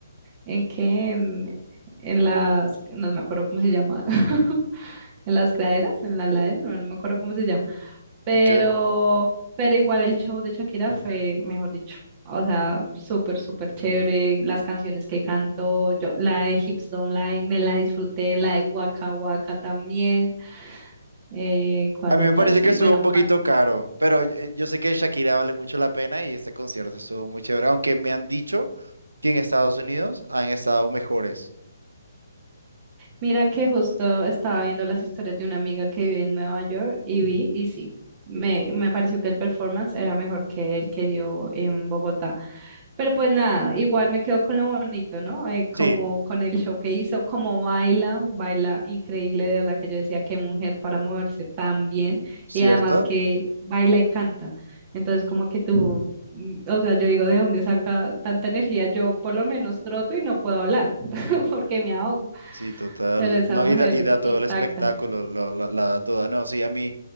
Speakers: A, on the right; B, on the right.
A: ¿en qué? En, en las, no me acuerdo cómo se llama, <laughs> en las graderas, en la ladera, no, no me acuerdo cómo se llama. Pero,
B: okay.
A: pero igual el show de Shakira fue, mejor dicho, o sea, súper, súper chévere. Las canciones que cantó, yo, la de Hips Don't Lie, me la disfruté, la de Waka Waka también. Eh, ¿cuál
B: A mí
A: otra?
B: me parece
A: Sí,
B: que estuvo
A: bueno,
B: un poquito caro, pero yo, eh, yo sé que Shakira vale mucho la pena y este concierto estuvo muy chévere, aunque me han dicho que en Estados Unidos han estado mejores.
A: Mira que justo estaba viendo las historias de una amiga que vive en Nueva York y vi, y sí, me, me pareció que el performance era mejor que el que dio en Bogotá. Pero pues nada, igual me quedo con lo bonito, ¿no? Eh,
B: Sí,
A: como con el show que hizo, como baila, baila increíble, de verdad que yo decía qué mujer para moverse tan bien
B: ¿cierto?
A: y además que baila y canta. Entonces como que tú, mm, o sea, yo digo, ¿de dónde saca tanta energía? Yo por lo menos troto y no puedo hablar <laughs> porque me ahogo.
B: Sí, total.
A: Pero esa
B: No,
A: mujer
B: y da, y da todo
A: intacta.
B: el espectáculo, lo- la, la da toda. No, sí, a mí,